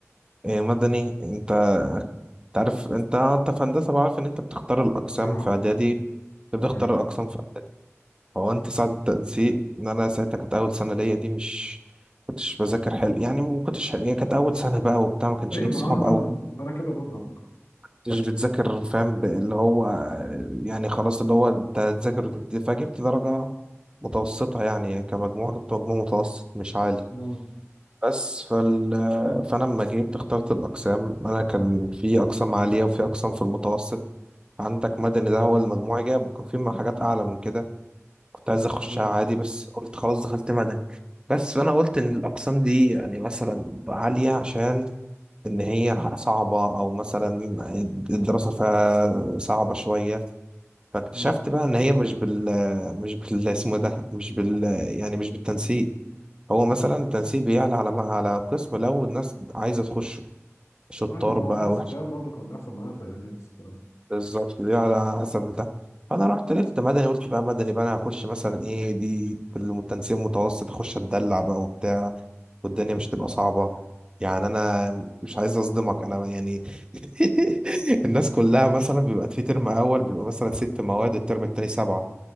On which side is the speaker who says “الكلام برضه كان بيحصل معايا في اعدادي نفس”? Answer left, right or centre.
Left